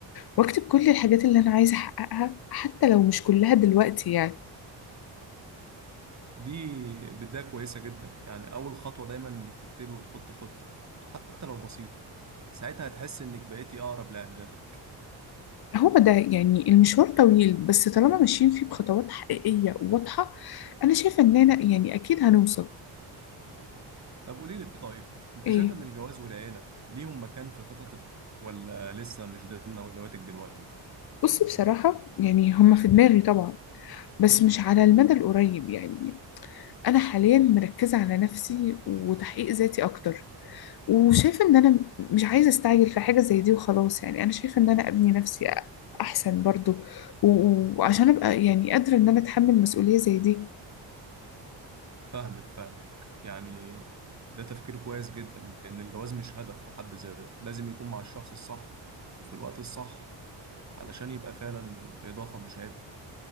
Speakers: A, on the left (about 55°); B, on the right (about 35°).
A: واكتب كل الحاجات اللي انا عايزه احققها حتى لو مش كلها دلوقتي يعني
B: دي بداية كويسة جدا يعني أول خطوة دايما إنك تكتبي وتحطي خطة حتى لو بسيطة ساعتها هتحس إنك بقيتي أقرب لأهدافك
A: هو ده يعني المشوار طويل بس طالما ماشيين فيه بخطوات حقيقية وواضحة أنا شايفة إننا يعني أكيد هنوصل
B: طب قولي لي طيب أنت
A: إيه
B: شايفة إن الجواز والعيلة ليهم مكان في خططك ولا لسه مش ضمن أولوياتك دلوقتي؟
A: بصي بصراحة يعني هما في دماغي طبعا بس مش على المدى القريب يعني أنا حاليا مركزة على نفسي وتحقيق ذاتي أكتر وشايفة إن أنا مش عايزة أستعجل في حاجة زي دي وخلاص يعني أنا شايفة إن أنا أبني نفسي أحسن برضو و- وعشان أبقى يعني قادرة إن أنا أتحمل مسؤولية زي دي
B: فاهمك فاهمك يعني ده تفكير كويس جدا لأن الجواز مش هدف في حد ذاته لازم يكون مع الشخص الصح وفي الوقت الصح علشان يبقى فعلا إضافة مش عيب